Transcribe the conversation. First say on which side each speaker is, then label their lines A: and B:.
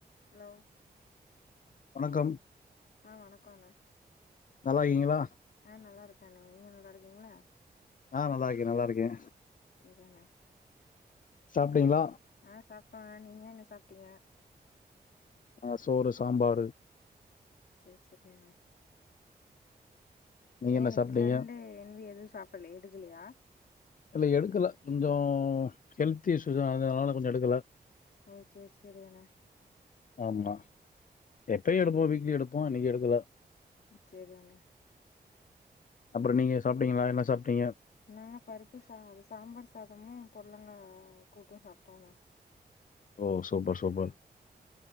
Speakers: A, on the left; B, on the left.
A: Hello
B: வணக்கம்
A: ஆ வணக்கோண்ணே
B: நல்லாருகீங்களா
A: ஆ நல்லாருக்கேண்ணே நீங்க நல்லாருக்கீங்ளா
B: ஆ நல்லாருக்கே நல்லாருக்கே
A: சேரிண்ணே
B: சாப்டீங்ளா
A: ஆ சாப்ட்டோண்ணே நீங்க என்ன சாப்டீங்க
B: ஆ சோறு சாம்பாரு
A: சேர் செரிங்கண்ணே
B: நீங்க
A: ஏ
B: என்ன
A: இன்னக்கி
B: சாப்பிட்டீங்க?
A: சண்டே என்வி எதுவு சாப்பல்ல எடுக்கலையா
B: இல்ல எடுக்கல கொஞ்சோ ஹெல்த் இஸ்ஸுஸ் அது அதுனால கொஞ்சோ எடுக்கல
A: ஓ சேர் சேரியண்ணே
B: ஆமா
A: ஆ
B: எப்பயு எடுப்போ
A: சேரி
B: வீக்லி எடுப்போ இன்னக்கி எடுக்கல
A: சேரி அண்ணே
B: அப்பறோ நீங்க சாப்டீங்களா என்ன சாப்டீங்க
A: நாங்க பருப்பு சா சாம்பார் சாதமு பொடலங்கா கூட்டு சாப்ட்டோண்ணே
B: ஓ சூப்பர் சூப்பர்